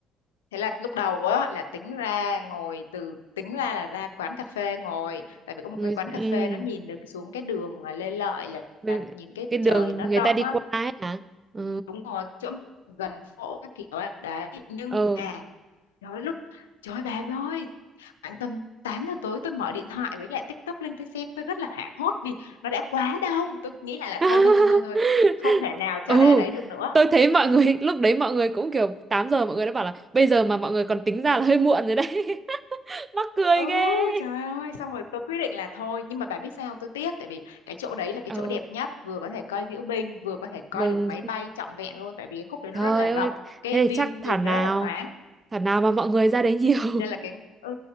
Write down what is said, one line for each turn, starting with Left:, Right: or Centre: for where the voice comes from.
Left: thế là lúc đầu á là tính ra ngồi từ tính ra là ra quán cà phê ngồi tại vì có một
Right: người
Left: cái quán
Right: ừ
Left: cà phê nó nhìn được xuống cái đường à, Lê Lợi là,
Right: bên-
Left: là nhìn cái
Right: cái đường
Left: trời nó
Right: người
Left: rộng
Right: ta đi
Left: á
Right: qua ấy hả ừ
Left: đúng rồi chỗ gần phố các kiểu á. đấy nhưng
Right: ờ
Left: mà trời ơi, lúc trời ơi, bà ơi khoảng tầm 8 giờ tối tôi mở điện thoại với lại TikTok lên tôi xem tôi rất là hoảng hốt vì nó đã quá đông tôi nghĩ lại là
Right: <laughs>
Left: thôi thôi thôi thôi thôi không thể nào cho
Right: ừ
Left: ra đấy được nữa
Right: tôi thấy mọi người lúc đấy mọi người cũng kiểu 8 giờ mọi người đã bảo là bây giờ mà mọi người còn tính ra là hơi muộn rồi đấy <laughs> mắc cười
Left: Ừ
Right: ghê
Left: trời ơi xong rồi tôi quyết định là thôi nhưng mà bà biết sao tôi tiếc tại vì cái chỗ đấy là cái
Right: ờ
Left: chỗ đẹp nhất vừa có thể coi diễu binh vừa có thể coi
Right: mừng
Left: được máy bay trọn vẹn luôn tại vì cái khúc đấy
Right: trời
Left: nó rất là rộng
Right: ơi
Left: cái
Right: thế
Left: view
Right: thì chắc thảo
Left: nhìn
Right: nào
Left: nó rất là thoáng
Right: thảo nào mà mọi người ra đấy nhiều <laughs>
Left: nên là cái ừ